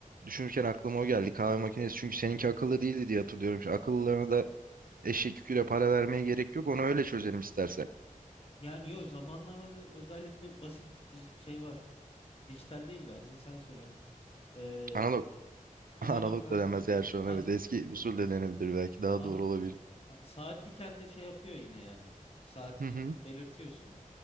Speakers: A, on the right; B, on the left.
A: Düşünürken aklıma o geldi kahve makinesi. Çünkü seninki akıllı değildi diye hatırlıyorum. Şu akıllılarına da eşek yüküyle para vermeye gerek yok. Onu öyle çözelim istersen.
B: Yani yok zamanlamada özellikle basit dij- şey var. Dijital değil de adını sen söyle. Ee,
A: Analog.
B: analog
A: <laughs> Analog
B: ha.
A: da denmez yani şu an
B: An,
A: evet. Eski usul de denebilir belki. Daha
B: an,
A: doğru olabilir.
B: a- a- saatli kendi şey yapıyor yine yani. Saatini
A: Hı hı.
B: belirtiyorsun.